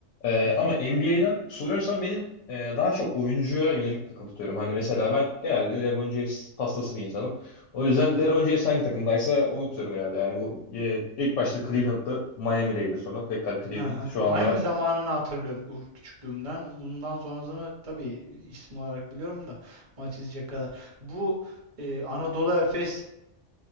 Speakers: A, on the left (about 80°); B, on the right (about 35°).
A: E,
B: Aha,
A: ama NBA'den soruyorsan benim e, daha çok oyuncuya yönelik takım tutuyorum. Hani mesela ben genelde LeBron James hastası bir insanım. O yüzden
B: aha,
A: LeBron James hangi takımdaysa onu tutuyorum genelde. Yani bu e, ilk başta Cleveland'da Miami'deydi sonra tekrar Cleveland.
B: aha.
A: Şu anda
B: Miami zamanını hatırlıyorum u- küçüklüğümden. Ondan sonrasını tabii isim olarak biliyorum da maç izleyecek kadar. Bu e, Anadolu Efes'in